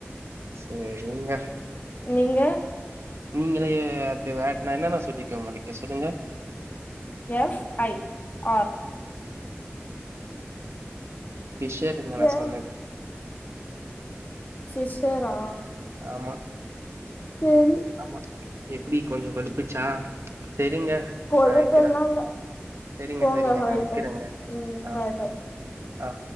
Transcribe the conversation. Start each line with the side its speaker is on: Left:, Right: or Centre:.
Right: செரிங்க
Left: நீங்க
Right: நீங்களு ஏ அது வே நா என்னன்னா சொல்லிக்ர்கே ஒங்களுக்கு சொல்லுங்க
Left: எஃப் ஐ ஆர்
Right: ஃபிஷ்யர்டுங்க நா
Left: ஏ
Right: சொன்னது
Left: ஃபிஷ்சரா
Right: ஆமா
Left: சேரி
Right: ஆமா எப்புடி கொஞ்சோ கொளுப்பிச்சா சேரிங்க
Left: பொழப்பெல்லா
Right: நா இக்குற
Left: இல்ல
Right: சேரிங்க
Left: போங்க
Right: சேரிங்க
Left: வைங்க
Right: நா வைக்கிறேங்க
Left: ம்
Right: ஆ
Left: பாய் பாய்
Right: ஆ